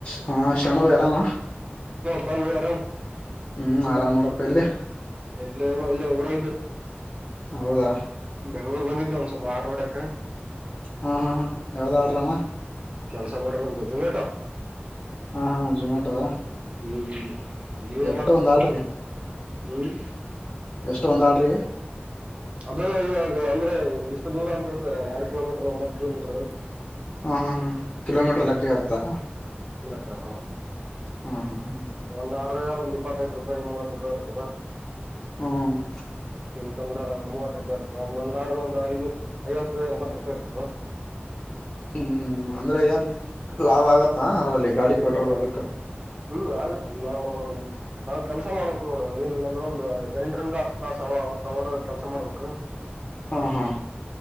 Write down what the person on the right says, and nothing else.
ಪಲ್ವೋ ಅರಾಮ್.
ಇಲ್ಲ ಇಲ್ಲ ಉರಗಿದವು
ಬೆಂಗ್ಳೂರ್ ಬಂದಿದ್ದೆ ಒಂದ್ ಸ್ವಲ್ಪ ಆರ್ಡ ಹೊಡೆಕ
ಕೆಲ್ಸ ಮಾಡಡರ್ ಅಂತ ಜಝೊಮ್ಯಾಟೊ <inaudible>
ಹ್ಮ್ <inaudible>
ಮಾಡತ್ರಿ
ಹ್ಮ್
ಅದ ಇವಾಗ ಅಂದ್ರೆ ಇಷ್ಟು ದೂರ ಅಂತ ಇರುತ್ತೆ ಎರಡ್ ಕಿಲೋಮೀಟರ್ ಒಂಬತ್ ಕಿಲೋಮೀಟರ್
ಹ ಹ <inaudible>
ಒಂದ ಬರಗ ಒಂದ ಇಪ್ಪತ್ತೈದು ರೂಪಾಯಿ ಮೂವತ್ತು ರೂಪಾಯಿ ಇರ್ತದ
ಯಂದ್ರ ಮೂವತ್ ರೂಪಾಯಿ ಇರ್ತ ಒಂದೊಂದ್ ಆರ್ಡರು ಐವತ್ತು ಎಂಬತ್ತು ರೂಪಾಯಿ ಇರ್ತದ
ಹ್ಮ್ ಆಗತ್ಿಲ್ಲ ನಾವು ನಾವ್ ಕೆಲ್ಸ ಮಾಡಬೇಕ್ ನೋಡು ಏನಿಲ್ಲ ಅಂದ್ರೆ ಒಂದು ಎಂಟರಿಂದ ಹತ್ತು ತಾಸ ಅವ ಅವರು ಕೆಲ್ಸ ಮಾಡ್ಬೇಕ